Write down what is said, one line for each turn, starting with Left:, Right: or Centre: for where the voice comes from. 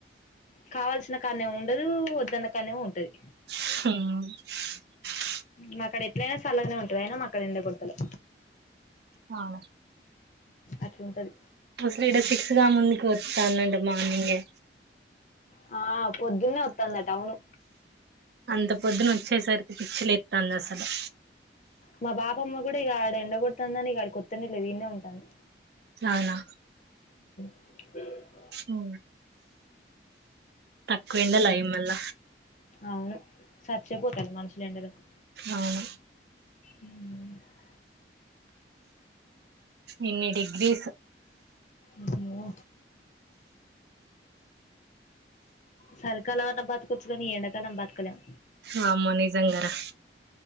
Left: కావల్సిన కాన్నేమో ఉండదు వద్దన్న కన్నేమో ఉంటది.
Right: హ్
Left: మా కాడ ఎట్లయినా సల్లగనే ఉంటది అయినా మా కాడ ఎండ కొడతలే
Right: అవునా
Left: అట్లుంటది.
Right: అసలు ఇడ సిక్స్ గా ముందుకు వస్తంది మార్నింగే
Left: ఆ పొద్దున్నే వత్తందట అవును
Right: అంత పొద్దున వచ్చేసరి పిచ్చి లెత్తాందసలే
Left: మా బాపమ్మ గుడా ఇగ ఆడ ఎండగొడతందని ఇగ ఆడికి ఒత్తనే లేదు ఈడనే ఉంటంది.
Right: అవునా
Left: బ
Right: ఓ తక్కువెండల ఏమన్న
Left: అవును సచ్చెపోతారు మనుషులు ఎండలకు
Right: అవును.
Left: అమ్మో
Right: ఇన్ని డిగ్రీస్
Left: మ్మో సలికాలం అన్న బతకచ్చు గని ఈ ఎండాకాలం బతుకలేం
Right: వామ్మో నిజంగరా